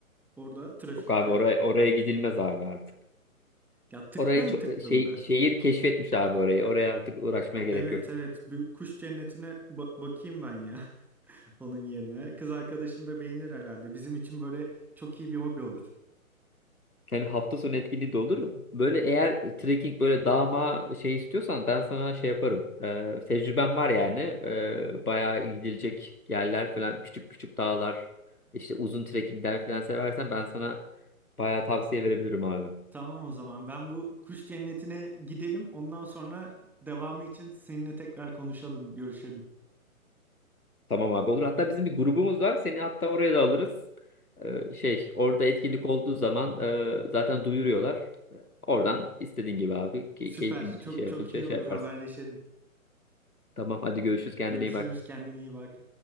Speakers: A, in the centre; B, on the left.
A: Orada trafikte.
B: yok abi oraya, oraya gidilmez abi artık.
A: Ya tıklım
B: Orayı ço-
A: tıklım
B: e, şey
A: da.
B: şehir keşfetmiş abi orayı. Oraya artık uğraşmaya gerek
A: Evet
B: yok.
A: evet bu kuş cennetine ba- bakayım ben ya <laughs> onun yerine. Kız arkadaşım da beğenir herhalde. Bizim için böyle çok iyi bir hobi olur.
B: Yani hafta sonu etkinliği de olur. Böyle eğer trekking böyle dağma şey istiyorsan ben sana şey yaparım. Ee, tecrübem var yani. Ee, bayağı gidilecek yerler falan küçük küçük dağlar işte uzun trekkingler falan seversen ben sana bayağı tavsiye verebilirim abi.
A: Tamam o zaman ben bu kuş cennetine gidelim. Ondan sonra devamı için seninle tekrar konuşalım, görüşelim.
B: Tamam abi olur. Hatta bizim bir grubumuz var. Seni hatta oraya da alırız. Ee, şey orada etkinlik olduğu zaman e, zaten duyuruyorlar. Oradan
A: Hı hı.
B: istediğin gibi abi key-
A: Süper.
B: keyfin
A: Çok
B: şey yapınca
A: çok iyi
B: şey
A: olur
B: yaparsın.
A: haberleşelim.
B: Tamam hadi görüşürüz kendine
A: Görüşürüz.
B: iyi bak.
A: Kendine iyi bak.